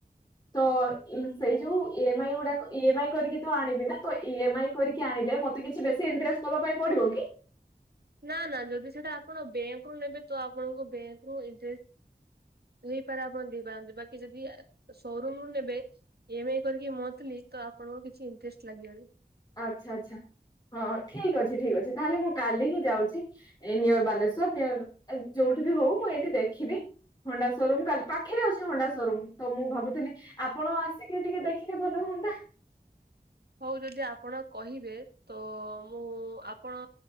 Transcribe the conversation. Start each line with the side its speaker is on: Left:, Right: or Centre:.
Left: ତ ସେଇ ଯୋଉ ଇ ଏମ ଆଇ ଗୁଡାକ ଇ ଏମ ଆଇ କରିକି ତୁ ଆଣିବି ନା ତ ଇ ଏମ ଆଇ। କରିକି ଆଣିଲେ ମତେ କିଛି ବେଶୀ ଇଣ୍ଟରେଷ୍ଟ ଦବା ପାଇଁ ପଡିବ କି?
Right: ନା ନା ଯଦି ସେଟା ଆପଣ ବ୍ୟାଙ୍କ ରୁ ନେବେ ତ ଆପଣଙ୍କ ବ୍ୟାଙ୍କୁ ଇଣ୍ଟ ହେପାରେ ଆପଣ ଦେଇପାରନ୍ତି, ବାକି ଯଦି ସୋରୁମ ରୁ ନେବେ ଏ ଏମ ଆଇ କରିକି ମନ୍ଥଲି ତ ଆପଣଙ୍କ କିଛି ଇଣ୍ଟରେଷ୍ଟ ଲାଗିବନି।
Left: ଆଚ୍ଛା ଆଚ୍ଛା ହଁ ଠିକ ଅଛି ଠିକ୍ ଅଛି ତାହେଲେ ମୁଁ କାଲି ହିଁ ଯାଉଚି। ଏ ନିଅର ବାଲେଶ୍ଵର ନିଅର ଯୋଉଠି ବି ହଉ ମୁଁ ଏଇଠି ଦେଖିବି। ହୋଣ୍ଡା ସୋରୁମ୍ କାଲି ପାଖରେ ଅଛି ହଣ୍ଡା ସରୁମ୍ ତ ମୁଁ ଭାବୁଥିଲି ଆପଣ ଆସିକି ଟିକେ ଦେଖିଲେ ଭଲ ହୁଅନ୍ତା?
Right: ହଉ ଯଦି ଆପଣ କହିବେ ତ ମୁଁ ଆପଣ